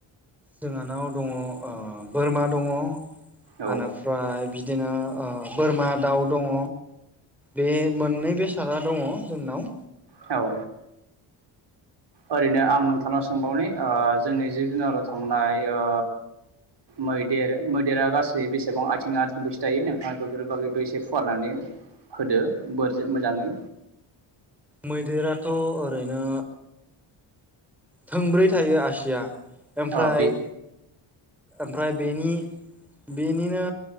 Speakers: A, in the centre; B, on the right.
A: जोंहानाव दङ बोरमा दङ
B: औ
A: आनिफ्राय बिदि बिदिनो ओ बोरमा दाउ दङ बे मोननै बेसादा दङ जोंनाव
B: औ ओरैनो आं नोंथांनाव सोंबावनि ओ जोंनि जिब जुनाराव थांनाय ओ मैदेर मैदेरा गासै बेसेबां आथिङा थोंबैसो थायो नोंथाङा बेफोर बागैबो एसे फुवारनानै होदो बोर मोजाङै
A: मैदेराथ' ओरैनो थोंब्रै थायो आसिया मफ्राय
B: औ बे
A: मफ्राय बेनि बेनिनो